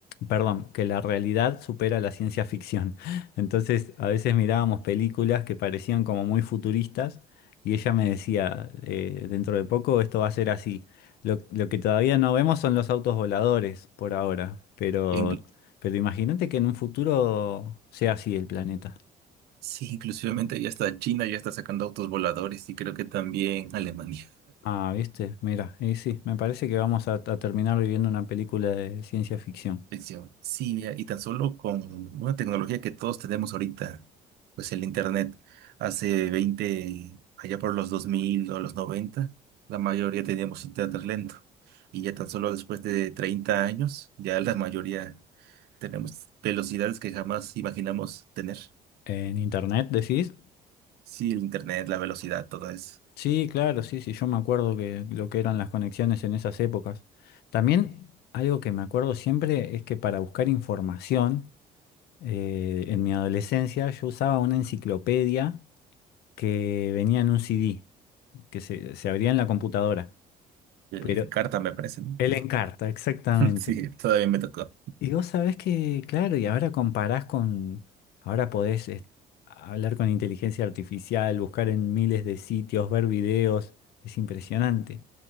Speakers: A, on the left; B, on the right.
A: perdón, que la realidad supera la ciencia ficción. <laughs> Entonces, a veces mirábamos películas que parecían como muy futuristas y ella me decía, eh, dentro de poco esto va a ser así. Lo, lo que todavía no vemos son los autos voladores por ahora, pero,
B: inclu-
A: pero imagínate que en un futuro sea así el planeta.
B: sí, inclusivamente ya está China, ya está sacando autos voladores y creo que también Alemania.
A: Ah, viste, mira, y sí, me parece que vamos a a terminar viviendo una película de ciencia ficción.
B: Lección. Sí, mira, y tan solo con una tecnología que todos tenemos ahorita, pues el Internet, hace veinte allá por los 2000 o los noventa la mayoría teníamos Internet lento. Y ya tan solo después de 30 años, ya la mayoría Tenemos velocidades que jamás imaginamos tener.
A: ¿En internet decís?
B: Sí, el internet, la velocidad, todo eso.
A: Sí, claro, sí, sí, yo me acuerdo que lo que eran las conexiones en esas épocas. También algo que me acuerdo siempre es que para buscar información, eh, en mi adolescencia yo usaba una enciclopedia que venía en un CD, que se, se abría en la computadora,
B: El
A: pero
B: Encarta me parece. ¿no?
A: el Encarta, exactamente.
B: <laughs> Sí, todavía me tocó.
A: Y vos sabés que, claro, y ahora comparás con, ahora podés eh, hablar con inteligencia artificial, buscar en miles de sitios, ver videos, es impresionante.